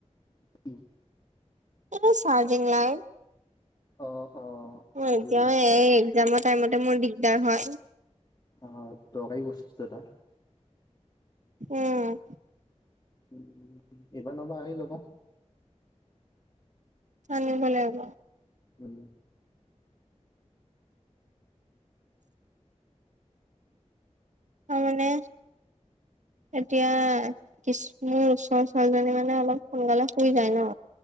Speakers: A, on the left (about 35°); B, on the right (about 85°).
A: <unintelligible>
B: <unintelligible> চাৰ্জিং লাইত।
A: অ অ।
B: অ
A: সেইটো
B: এতিয়া এই এক্জামৰ টাইমতে মোৰ দিগদাৰ হয়।
A: অ দৰকাৰী বস্তু এটা।
B: উম।
A: উম এইবাৰ নহবা আনি লবা।
B: আনিব লাগিব।
A: উম।
B: অ মানে, এতিয়া ইছ, মোৰ ওচৰ ছোৱালীজনী মানে অলপ সোনকালে শুই যায় ন